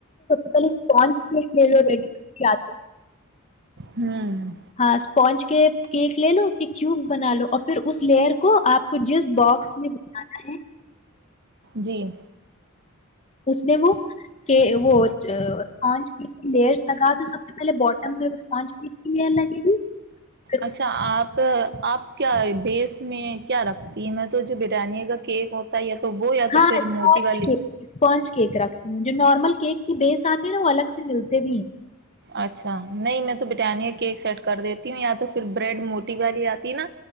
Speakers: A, on the left; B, on the right.
A: پ اسپون لے لو رہیڈ یا
B: ہوں
A: ہاں اسپونج کے کیک لے لو اس کے کیوبس بنا لو اور پھر اس لیئر کو آپ کو جس باکس میں بنانا ہے
B: جی
A: اس نے وہ وہ اسپونج لئرس لگا دو سب سے پہلے بوٹم میں اسپانج کی لئر لگے گی پھر
B: اچھا آپ آپ کیا بیس میں کیا رکھتی ہے میں تو جو بریانی کا کیک ہوتا ہے تو وہ یا تو
A: ہاں
B: پھر
A: اسپونج
B: موٹی والی
A: کیک اسپونج کیک رکھتی ہوں جو نارمل کیک کے بے ساتھ ہیں نا وہ الگ سے ملتے بھی ہیں
B: اچھا نہیں میں تو بٹانیہ کا کیک سیٹ کر دیتی ہوں یا تو پھر بریڈ موٹی والی آتی نہ